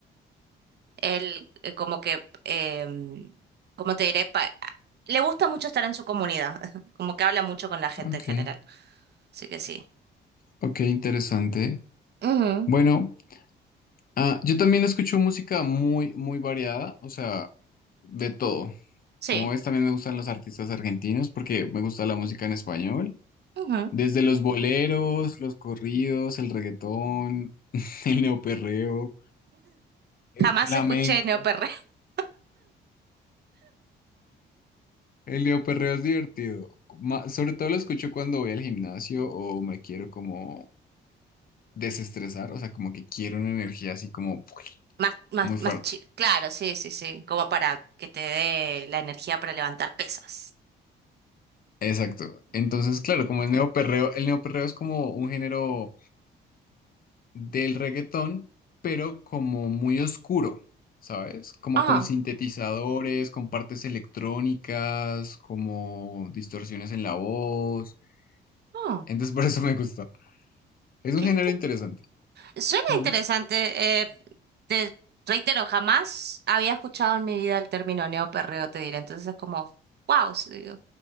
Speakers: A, on the right; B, on the left.
A: Él eh, como que, em, como te diré? Pa- le gusta mucho estar en su comunidad, <laughs> como que habla mucho con la gente
B: ok.
A: en general. Así que sí.
B: Ok, interesante.
A: Ujú,
B: Bueno, ah, yo también escucho música muy, muy variada, o sea, de todo.
A: Sí.
B: Como ves, también me gustan los artistas argentinos porque me gusta la música en español.
A: ujú.
B: Desde los boleros, los corridos, el reggaetón, <laughs> el neoperreo, el
A: Jamás
B: flamenco.
A: escuché neoperreo. <laughs>
B: El neoperreo es divertido. Ma- sobre todo lo escucho cuando voy al gimnasio o me quiero como desestresar, o sea, como que quiero una energía así como
A: Más, más,
B: Muy fuerte,
A: más chi- Claro, sí, sí, sí. Como para que te dé la energía para levantar pesas.
B: exacto. Entonces, claro, como es neoperreo, el neoperreo es como un género del reggaetón, pero como muy oscuro, ¿sabes? Como
A: Ah,
B: con sintetizadores, con partes electrónicas, como distorsiones en la voz.
A: ah,
B: Entonces, <laughs> por eso me gusta. Es
A: qué
B: un género interesante.
A: Suena
B: Mm.
A: interesante. eh, te reitero, jamás había escuchado en mi vida el término neoperreo, te diré. Entonces es como, wow, digo,